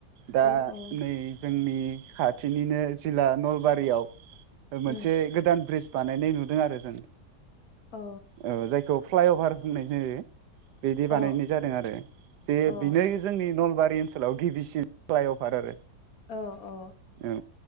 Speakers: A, on the right (about 75°); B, on the left (about 60°).
A: दा
B: औ औ
A: नै जोंनि खाथिनिनो जिल्ला नलबारियाव मोनसे
B: उम
A: गोदान ब्रिज बानायनाय नुदों आरो जों
B: औ
A: औ जायखौ फ्लाइअभार होननाय जायो बिदि
B: अ
A: बानायनाय जादों आरो जे
B: अ
A: बिनो जोंनि नलबार रि ओनसोलाव गिबिसिन फ्लाइअभार आरो
B: औ औ
A: औ